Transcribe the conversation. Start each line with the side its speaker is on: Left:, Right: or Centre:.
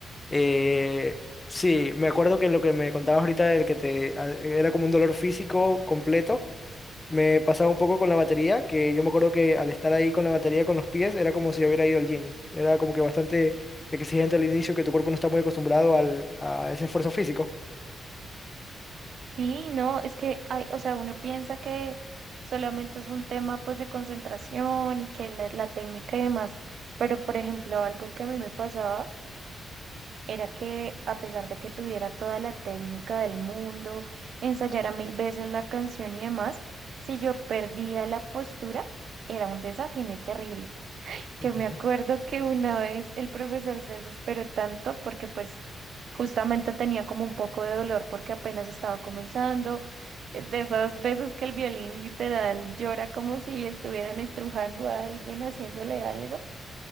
Left: eh, sí, me acuerdo que lo que me contabas ahorita del que te a- era como un dolor físico completo, me pasaba un poco con la batería, que yo me acuerdo que al estar ahí con la batería con los pies era como si yo hubiera ido al gym. Era como que bastante exigente al inicio, que tu cuerpo no está muy acostumbrado al, a ese esfuerzo físico.
Right: Sí, no, es que hay, o sea, uno piensa que solamente es un tema pues de concentración y que la, la técnica y demás, pero por ejemplo, algo que a mí me pasaba era que a pesar de que tuviera toda la técnica del mundo, ensayara mil veces la canción y demás, si yo perdía la postura, era un desafiné terrible. Yo
Left: Ujú.
Right: me acuerdo que una vez el profesor se desesperó tanto porque pues justamente tenía como un poco de dolor porque apenas estaba comenzando, eh, de esas veces que el violín literal llora como si estuvieran estrujando a alguien haciéndole algo.